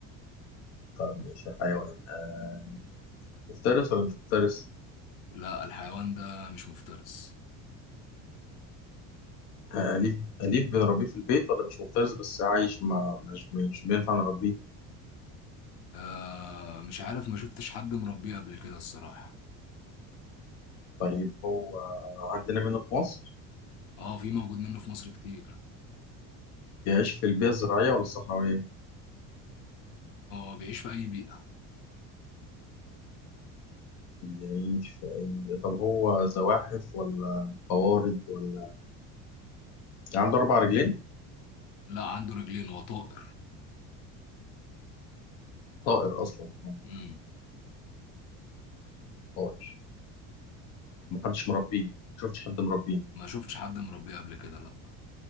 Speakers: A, on the left (about 50°); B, on the left (about 85°).
A: طيب ماشي حيوان آه، مفترس ولا مش مفترس؟
B: لا الحيوان ده مش مفترس
A: آه أليف أليف بنربيه في البيت ولا مش مفترس بس عايش مع مش مش بينفع نربيه
B: آه مش عارف ما شفتش حد مربيه قبل كده الصراحة
A: طيب هو عندنا منه في مصر
B: اه في موجود منه في مصر كتير
A: يعيش في البيئة الزراعية ولا الصحراوية؟
B: وبيعيش في أي بيئة
A: يعيش في أي طب هو زواحف ولا قوارض ولا يعني عنده أربع رجلين؟
B: لا عنده رجلين وطائر
A: طائر اصلا هو
B: امم
A: طائر محدش مربيه شفتش حد مربيه
B: ما شفتش حد مربيه قبل كده لا